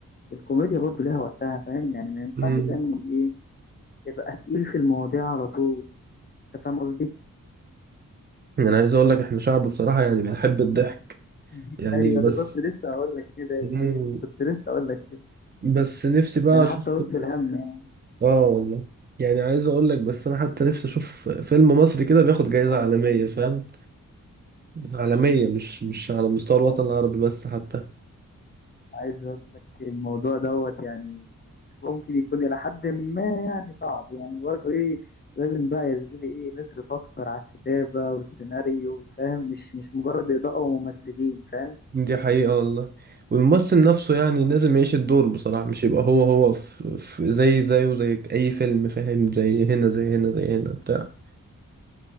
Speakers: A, on the left; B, on the right.
A: الكوميديا برضه ليها وقتها فاهم يعني ما ينفعش
B: مم.
A: دايما ايه يبقى تقيل في المواضيع على طول انت فاهم قصدي؟
B: أنا عايز أقول لك إحنا شعب بصراحة يعني بنحب الضحك
A: <laughs>
B: يعني
A: ايوه
B: بس
A: ده كنت لسه هقول لك كده يا
B: مم.
A: زميلي كنت لسه هقول لك كده
B: بس نفسي بقى
A: يعني
B: أشوف
A: حتى وسط الهم يعني
B: اه والله يعني عايز اقول لك بس انا حتى نفسي اشوف فيلم مصري كده بياخد جايزة عالمية فاهم عالمية مش مش على مستوى الوطن العربي بس حتى
A: عايز اقول لك الموضوع دوت يعني ممكن يكون إلى حد ما يعني صعب يعني برضه إيه لازم بقى يا زميلي إيه نصرف أكتر على الكتابة والسيناريو فاهم مش مش مجرد إضاءة وممثلين فاهم
B: دي حقيقة والله والممثل نفسه يعني لازم يعيش الدور بصراحة مش يبقى هو هو في في زي زيه زي اي فيلم فاهم زي هنا زي هنا زي هنا بتاع